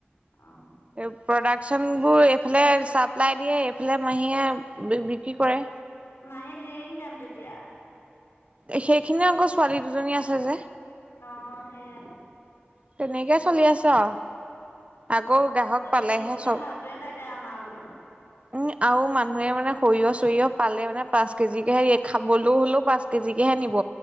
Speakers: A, on the left; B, on the right.
A: অ',
B: এই প্ৰডাকশ্যনবোৰ এইফালে ছাপ্লাই দিয়ে এইফালে মাহীয়ে বিক্ৰী কৰে।
A: মাহী ধেৰ ইনকাম তেতিয়া।
B: এ সেইখিনি আকৌ ছোৱালী দুজনী আছে যে।
A: অ, সেয়াই।
B: তেনেকে চলি আছোঁ আও। আকৌ গ্ৰাহক
A: চলি
B: পালেহে
A: থাকিবলৈ
B: চব
A: হোৱাটোৱে লাগে আমাৰবোৰৰ
B: উম, আৰু মানুহে মানে সৰিয়হ -চৰিয়হ পালে মানে পাঁচ কেজিকে হে দিয়ে খাবলৈও হ'লেও পাঁচ কেজিকেহে নিব